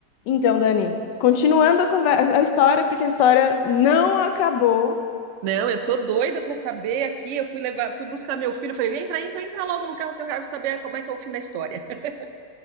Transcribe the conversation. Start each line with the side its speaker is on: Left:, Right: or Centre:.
Left: Então, Dani, continuando a, conver- a história, porque a história não acabou,
Right: Não, eu tô doida pra saber aqui. Eu fui levar, fui buscar meu filho. eu Falei, entra, entra, entra logo no carro que eu quero saber como é que é o fim da história. <laughs>